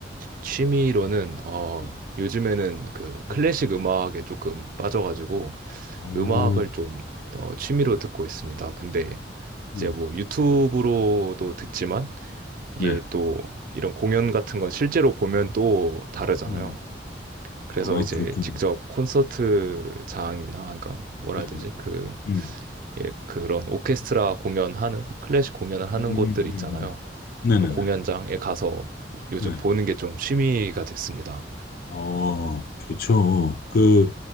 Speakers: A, on the right (about 50°); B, on the left (about 50°).
A: 취미로는 어
B: 네.
A: 요즘에는 그 클래식
B: 음.
A: 음악에 조금 빠져가지고
B: 오,
A: 음악을 좀 어, 취미로 듣고 있습니다. 근데 이제
B: 음,
A: 뭐 유튜브로도 듣지만
B: 음.
A: 이게
B: 네.
A: 또 이런 공연 같은 건 실제로 보면 또 다르잖아요.
B: 음.
A: 그래서
B: 아,
A: 이제
B: 그렇군요.
A: 직접 콘서트장이나 그러니까 뭐라
B: 네,
A: 해야 되지?
B: 네.
A: 그
B: 음,
A: 예, 그런 오케스트라 공연하는 클래식 공연을 하는
B: 음, 음,
A: 곳들 있잖아요.
B: 음. 네네네.
A: 그런 공연장에 가서 요즘
B: 네.
A: 보는 게 좀 취미가 됐습니다.
B: 어, 좋죠. 그,